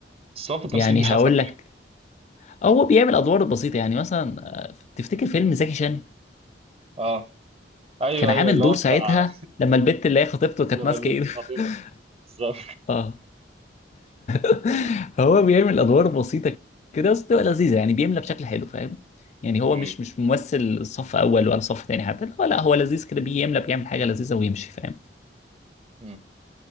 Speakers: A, on the right; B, on the left.
A: بس هو في التمثيل
B: يعني
A: مش
B: هقول
A: احسن حاجه
B: لك هو بيعمل ادوار بسيطه يعني مثلا آه، تفتكر فيلم زكي شان
A: اه ايوه
B: كان عامل
A: ايوه اللي
B: دور
A: هو
B: ساعتها
A: بتاع
B: لما البت اللي هي خطيبته
A: <laughs>
B: كانت
A: لما
B: ماسكه
A: البنت
B: ايده
A: خطيبته
B: <laughs>
A: بالظبط
B: اه <laughs> هو بيعمل ادوار بسيطه كده بس بتبقى لذيذه يعني بيملى بشكل حلو فاهم يعني هو
A: مم.
B: مش مش ممثل صف اول ولا صف تاني حتى هو لا هو لذيذ كده بيملى بيعمل حاجه لذيذه ويمشي فاهم
A: مم.